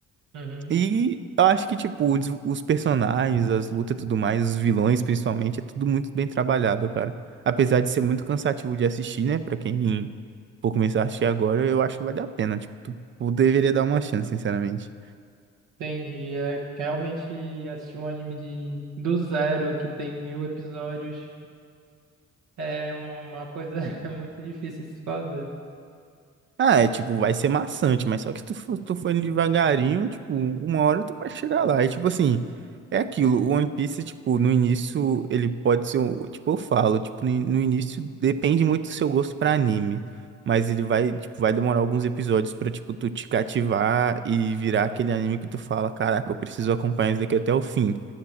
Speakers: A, on the right; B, on the right.
A: Uhum.
B: E eu acho que, tipo, os, os personagens, as lutas e tudo mais, os vilões principalmente, é tudo muito bem trabalhado, cara. Apesar de ser muito cansativo de assistir, né? Pra quem for começar a assistir agora, eu acho que vale a pena. Tipo, tu, tu deveria dar uma chance, sinceramente.
A: Entendi. É realmente assistir um anime de, do zero, que tem mil episódios, é uma coisa <laughs> muito difícil de se fazer.
B: Ah, é tipo, vai ser maçante, mas só que tu, for- tu for indo devagarinho, tipo, uma hora tu vai chegar lá. E tipo assim, é aquilo, o One Piece, tipo, no início ele pode ser, um- tipo, eu falo, tipo, no, no início depende muito do seu gosto pra anime, mas ele vai, tipo, vai demorar alguns episódios pra, tipo, tu te cativar e virar aquele anime que tu fala, caraca, eu preciso acompanhar isso daqui até o fim,